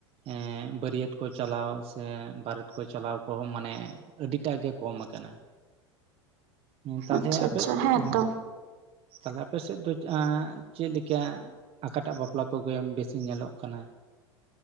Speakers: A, on the right; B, on the right.
A: ᱮᱸ ᱵᱟᱹᱨᱭᱟᱹᱛ ᱠᱚ ᱪᱟᱞᱟᱣ ᱛᱮ ᱵᱟᱨᱮᱛ ᱠᱚ ᱪᱟᱞᱟᱣ ᱠᱚᱦᱚᱸ ᱢᱟᱱᱮ ᱟᱹᱰᱤᱴᱟᱜ ᱜᱮ ᱠᱚᱢ ᱟᱠᱟᱱᱟ ᱦᱮᱸ ᱛᱟᱦᱚᱞᱮ
B: ᱟᱪᱪᱷᱟ
A: ᱟᱯᱮ
B: ᱟᱪᱪᱷᱟ
A: ᱦᱮᱸ
B: ᱛᱚ
A: ᱛᱟᱦᱚᱞᱮ ᱟᱯᱮ ᱥᱮᱫ ᱫᱚ ᱪᱮᱫ ᱞᱮᱠᱟ ᱟᱠᱟᱴᱟᱜ ᱵᱟᱯᱞᱟ ᱠᱚᱜᱮ ᱵᱤᱥᱤ ᱧᱮᱞᱚᱜ ᱠᱟᱱᱟ